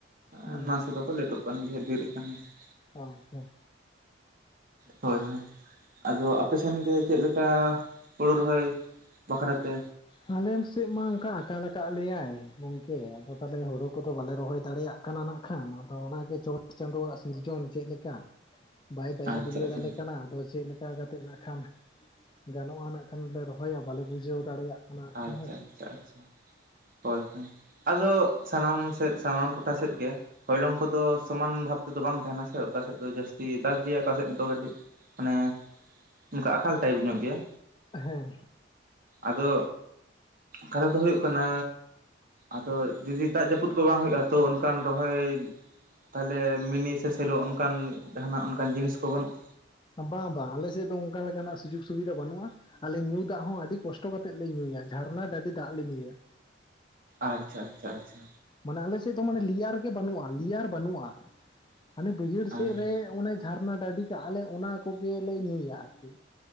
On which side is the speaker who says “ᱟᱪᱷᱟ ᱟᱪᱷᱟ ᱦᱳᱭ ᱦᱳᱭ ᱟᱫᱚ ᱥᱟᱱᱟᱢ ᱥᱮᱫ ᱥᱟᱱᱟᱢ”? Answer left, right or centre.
Right